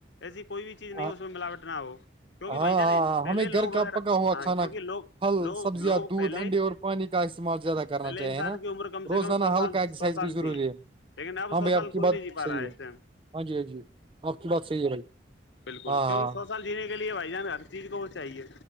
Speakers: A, on the left; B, on the right.
A: ایسی کوئی بھی چیز نہیں
B: ہاں
A: اس میں ملاوٹ نہ ہو کیونکہ
B: ہاں
A: بھائی جان
B: ہاں
A: پہلے
B: ہمیں
A: لوگ
B: گھر کا
A: ا
B: پکا ہوا
A: ہاں
B: کھانا
A: کیوںکہ لوگ
B: پھل
A: لوگ
B: سبزیاں
A: لوگ
B: دودھ
A: پہلے
B: انڈے
A: ہاں
B: اور پانی کا استعمال زیادہ کرنا
A: پہلے
B: چاہیے
A: انسان
B: نا
A: کی عمر کم سے
B: روزانہ
A: کم سو
B: ہلکا
A: سال
B: ایکسرسائز
A: سو سال
B: بھی ضروری
A: تھی
B: ہے
A: لیکن اب
B: ہاں
A: سو
B: بھائی
A: سال
B: آپ کی
A: کوئی
B: بات
A: نہیں جی پا
B: صحیح
A: رہا ہے اس سے
B: ہاں جی ہاں جی آپ
A: ہ
B: کی بات صحیح ہے بھائی
A: بالکل
B: ہاں
A: کیونکہ سو سال جینے کے لیے بھائی جان ہر چیز کو وہ چاہیے